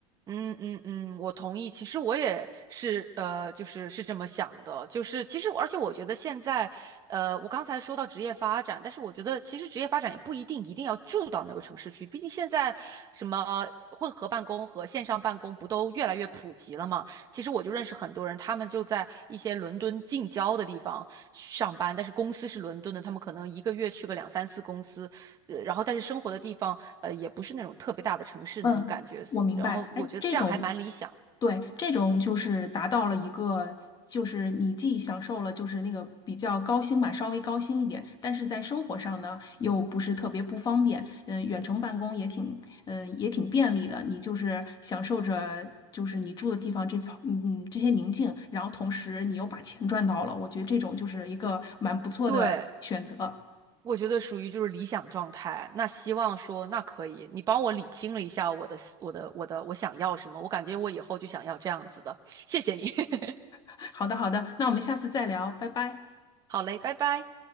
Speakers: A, on the right; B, on the left.
A: 嗯嗯嗯，我同意。其实我也是，呃，就是是这么想的。就是其实我，而且我觉得现在，呃，我刚才说到职业发展，但是我觉得其实职业发展也不一定一定要住到那个城市去。毕竟现在什么混合办公和线上办公不都越来越普及了嘛？其实我就认识很多人，他们就在一些伦敦近郊的地方上班，但是公司是伦敦的，他们可能一个月去个两三次公司，呃，然后但是生活的地方。呃，也不是那种特别大的城市那种感觉。
B: 嗯，我明白。
A: 然后我觉得这样还蛮理想。
B: 哎，这种对，这种就是达到了一个，就是你既享受了就是那个比较高薪吧，稍微高薪一点，但是在生活上呢又不是特别不方便，嗯、远程办公也挺，嗯、也挺便利的，你就是享受着就是你住的地方这方，嗯嗯这些宁静，然后同时你又把钱赚到了，我觉得这种就是一个蛮不错的选择。
A: 对，我觉得属于就是理想状态。那希望说，那可以，你帮我理清了一下我的思我的、我的，我想要什么？我感觉我以后就想要这样子的。谢谢你。<laughs>
B: <laughs> 好的，好的，那我们下次再聊，拜拜。
A: 好嘞，拜拜。